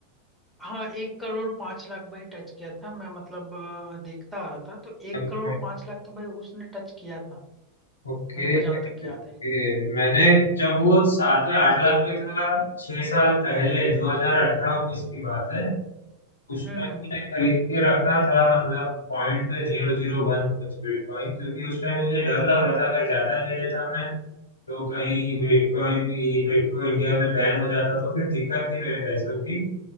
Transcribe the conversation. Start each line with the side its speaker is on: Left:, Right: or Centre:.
Centre: हाँ एक करोड़ पांच लाख भाई टच किया था मैं मतलब अ, देखता आ रहा था तो एक
Left: अच्छा
Centre: करोड़ पांच लाख तो भाई उसने टच किया था
Left: Okay
Centre: मेरे को
Left: okay
Centre: जहां तक याद है
Left: मैंने जब वो सात या आठ लाख पे था छह साल पहले दो हजार अठारह उन्नीस की बात है
Centre: हम्म
Left: उसमें मैंने
Centre: हम्म,
Left: खरीद के रखा था मतलब पॉइंट जीरो जीरो वन कुछ बिटकॉइन क्योंकि उस टाइम मुझे डर लग रहा था अगर ज्यादा ले लेता मैं तो कहीं बिटकॉइन ये क्रिप्टो इंडिया में बैन हो जाता तो फिर दिक्कत थी मेरे पैसों की